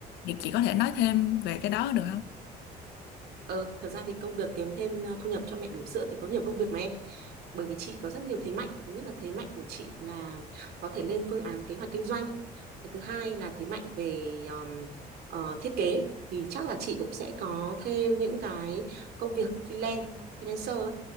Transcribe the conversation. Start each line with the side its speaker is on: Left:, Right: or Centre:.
Left: thì chị có thể nói thêm về cái đó được không?
Right: Ờ, thật ra thì công việc kiếm thêm à, thu nhập cho mẹ bỉm sữa thì có nhiều công việc mà em. Bởi vì chị có rất nhiều thế mạnh. Thứ nhất là thế mạnh của chị là có thể lên phương án kế hoạch kinh doanh. Cái thứ hai là thế mạnh về um, ờ, thiết kế. Thì chắc là chị cũng sẽ có thêm những cái công việc freelance, freelancer ấy,